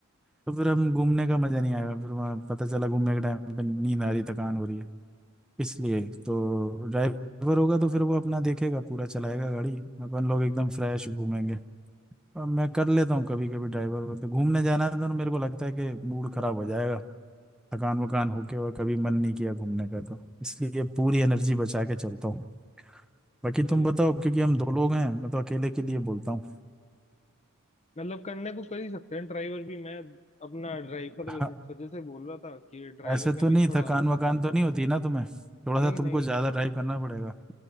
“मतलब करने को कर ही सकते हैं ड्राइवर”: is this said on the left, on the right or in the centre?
Left